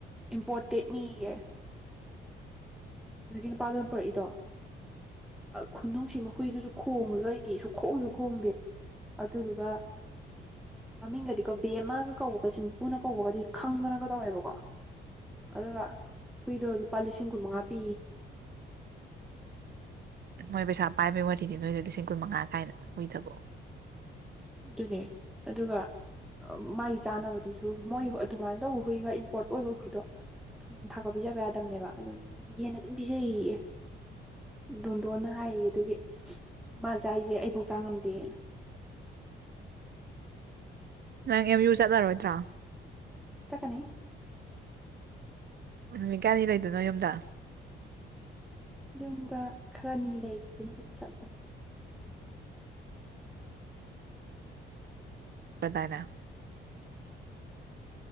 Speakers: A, in the centre; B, on the right.
A: ꯏꯝꯄꯣꯔꯇꯦꯠꯅꯤꯌꯦ ꯑꯗꯨꯒꯤ ꯅꯨꯄꯥ ꯂ ꯑꯣꯏꯅ ꯄꯨꯔꯛꯏꯗꯣ ꯈꯨꯅꯨꯡꯁꯤ ꯃꯈꯣꯏꯏꯗꯨꯁꯨ ꯈꯣꯡꯕꯁꯨ ꯂꯩꯇꯦꯁꯨ ꯈꯣꯡꯁꯨ ꯈꯣꯡꯗꯦ ꯑꯗꯨꯗꯨꯒ ꯃꯃꯤꯡꯒꯗꯤꯀꯣ ꯕꯦꯃꯒ ꯀꯧꯕꯒ ꯁꯤꯝꯄꯨꯅ ꯀꯧꯕꯒꯗꯤ ꯐꯪꯗꯅꯒ ꯇꯧꯋꯦꯕꯀꯣ ꯑꯗꯨꯒ ꯍꯨꯏꯗꯣ ꯂꯨꯄꯥ ꯂꯤꯁꯤꯡ ꯀꯨꯟꯃꯉꯥ ꯐ
B: ꯃꯣꯏ ꯄꯩꯁꯥ ꯄꯥꯏꯕꯩ ꯋꯥꯔꯤꯗꯤ ꯅꯣꯏꯗ ꯂꯤꯁꯤꯡ ꯀꯨꯟ ꯃꯉꯥ ꯀꯥꯏꯅ ꯍꯨꯏꯗꯕꯣ
A: ꯑꯗꯨꯅꯦ ꯑꯗꯨꯒ ꯃꯥꯒꯤ ꯆꯥꯅꯕꯗꯨꯁꯨ ꯃꯣꯏ ꯑꯗꯨꯃꯥꯏꯅ ꯇꯧꯕ ꯍꯨꯏ ꯈ ꯏꯝꯄꯣꯔꯠ ꯑꯣꯏꯕ ꯍꯨꯏꯗꯣ ꯊꯨꯝ ꯊꯥꯛꯄ ꯄꯤꯖꯕ ꯌꯥꯗꯕꯅꯦꯕ ꯑꯗꯨꯝ ꯌꯦꯦꯟꯅ ꯑꯗꯨꯝ ꯄꯤꯖꯌꯦ ꯗꯣꯟꯗꯣꯟꯅ ꯍꯥꯏꯌꯦ ꯑꯗꯨꯒꯤ ꯃꯥ ꯆ ꯑꯩꯁꯦ ꯑꯩꯕꯨꯧ ꯆꯥꯛ ꯉꯝꯗꯦꯅ
B: ꯅꯪ ꯑꯦꯝ ꯌꯨ ꯆꯠꯂꯔꯣꯏꯗ꯭ꯔꯥ
A: ꯆꯀꯅꯤ
B: ꯅꯨꯃꯤꯠ ꯀꯌꯥꯅꯤ ꯂꯩꯗꯣꯏꯅꯣ ꯌꯨꯝꯗ
A: ꯌꯨꯝꯗ ꯈꯔꯅꯤ ꯂꯩꯒꯅꯤ ꯑꯗꯨꯒ ꯆꯠꯂꯅꯤ
B: ꯄ꯭ꯔꯙꯅ